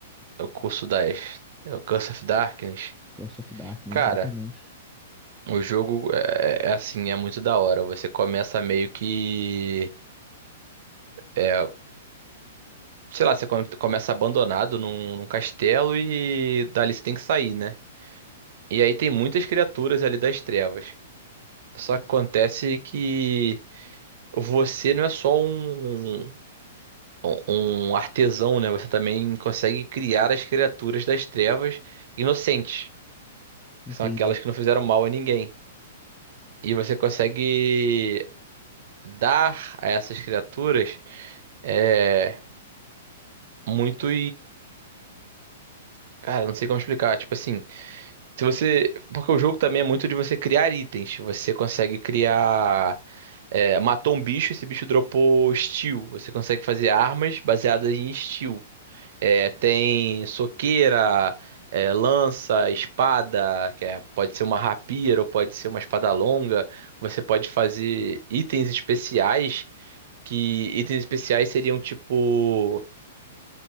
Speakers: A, on the right (about 55°); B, in the centre.
A: é o curso das. É o Curse of Darkness.
B: Curse of Darkness,
A: Cara,
B: exatamente.
A: o jogo é, é assim, é muito da hora. Você começa meio que. É, sei lá, você come- começa abandonado num, num castelo e dali você tem que sair, né? E aí tem muitas criaturas ali das trevas. Só que acontece que você não é só um. um um artesão, né? Você também consegue criar as criaturas das trevas inocentes,
B: Entendi.
A: que são aquelas que
B: <laughs>
A: não fizeram mal a ninguém. E você consegue dar a essas criaturas é, muitos. Cara, não sei como explicar. Tipo assim, se você. Porque o jogo também é muito de você criar itens. Você consegue criar. é, matou um bicho, esse bicho dropou steel. Você consegue fazer armas baseadas em steel. É, tem soqueira, é, lança, espada, que é- pode ser uma rapira ou pode ser uma espada longa. Você pode fazer itens especiais, que itens especiais seriam tipo